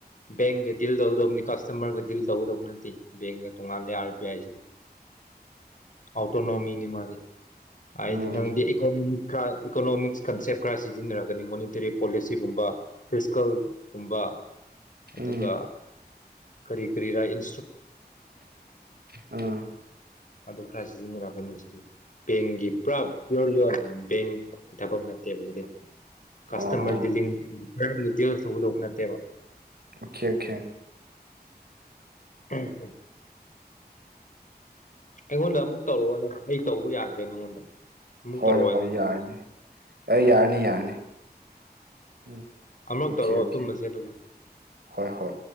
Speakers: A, on the left; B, on the right.
A: ꯕꯦꯡꯒ deal ꯇꯧꯒꯗꯕꯅꯤ ꯀꯁꯇꯃꯔꯒ ꯗꯤꯜ ꯇꯧꯒꯗꯕ ꯅꯠꯇꯦ ꯕꯦꯡꯒ ꯇꯣꯡꯉꯥꯟꯂꯦ ꯑꯥꯔ ꯕꯤ ꯑꯥꯏꯁꯤꯗꯤ ꯑꯣꯇꯣꯅꯣꯃꯤꯅꯤ ꯃꯥꯗꯤ ꯍꯥꯏꯗꯤ
B: ꯎꯝ
A: ꯅꯪꯗꯤꯣ ꯏꯀꯣꯅꯣꯃꯤꯛꯁ ꯀꯟꯁꯦꯞ ꯀ꯭ꯔꯁꯤ ꯁꯤꯖꯤꯟꯅꯔꯒꯅꯤ ꯃꯣꯅꯤꯇꯔꯤ ꯄꯣꯂꯤꯁꯤꯒꯨꯝꯕ ꯐꯤꯖꯤꯀꯦꯜꯒꯨꯝꯕ ꯑꯗꯨꯒ
B: ꯎꯝ
A: ꯀꯔꯤ ꯀꯔꯤ ꯔ ꯏꯟ
B: ꯑ
A: ꯑꯗꯨ ꯈꯔ ꯁꯤꯖꯤꯟꯅꯔꯛꯀꯅꯤ ꯍꯧꯗꯤ ꯕꯦꯡꯒꯤ ꯄꯨꯔꯥ ꯄꯤꯌꯣꯔ ꯂꯣꯟ ꯕꯦꯡꯀꯤ ꯊꯕꯛ ꯅꯠꯇꯦꯕ ꯍꯧꯖꯤꯗꯤ ꯀꯥꯁꯇꯕꯔ
B: ꯑꯣ ꯑꯣ
A: ꯗꯗꯤꯜꯂꯤ ꯈꯔꯗꯤ ꯇꯦꯜꯒ ꯊꯧꯒꯗꯧꯕ ꯅꯠꯇꯦꯕ
B: ꯑꯣꯀꯦ ꯑꯣꯀꯦ
A: ꯎꯝꯝ ꯑꯩꯉꯣꯟꯗ ꯑꯃꯨꯛ ꯇꯧꯔꯛꯑꯣꯅꯦ ꯑꯩ ꯇꯧꯕ ꯌꯥꯗ꯭ꯔꯦ ꯅꯪꯉꯣꯟꯗ ꯑꯃꯨꯛ
B: ꯍꯣꯏ
A: ꯇꯧꯔꯛꯑꯣ ꯑꯩꯉꯣꯟꯗ
B: ꯍꯣꯏ ꯌꯥꯔꯅꯤ ꯑꯦ ꯌꯥꯔꯅꯤ ꯌꯥꯔꯅꯤ ꯎꯝ
A: ꯑꯃꯛ
B: ꯑꯣꯀꯦ
A: ꯇꯧꯔꯛꯑꯣ
B: ꯑꯣꯀꯦ
A: ꯇꯨꯝꯕꯁꯦ ꯑꯗꯨꯒ
B: ꯍꯣꯏ ꯍꯣꯏ